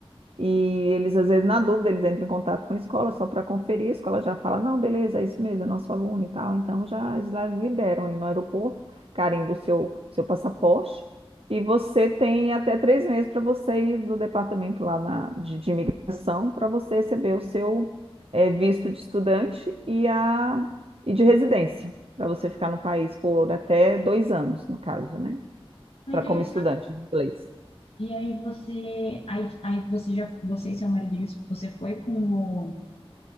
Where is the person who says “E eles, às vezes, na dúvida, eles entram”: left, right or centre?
Right